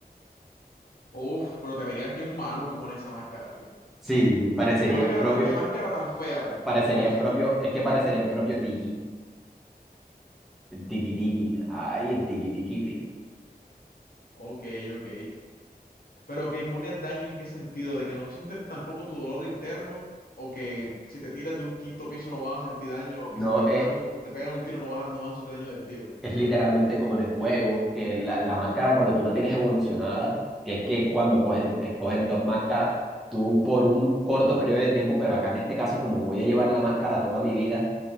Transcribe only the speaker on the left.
Uf, pero te verías bien maluco con esa máscara, viejo.
¿Qué máscara
tan, qué máscara tan fea, perro?
Uf.
Ok, ok. Pero que inmune al daño en qué sentido, de que no sientes tampoco tu dolor interno, o que si te tiras de un quinto piso no vas a sentir daño, o
que si te dan
un, te pegan un tiro no vas a, no vas a sufrir daño de tiro.